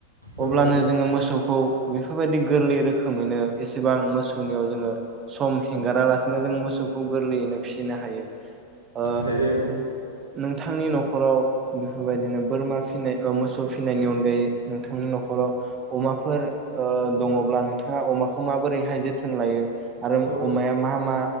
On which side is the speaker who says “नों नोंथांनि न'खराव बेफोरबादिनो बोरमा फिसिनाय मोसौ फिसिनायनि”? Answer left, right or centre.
Right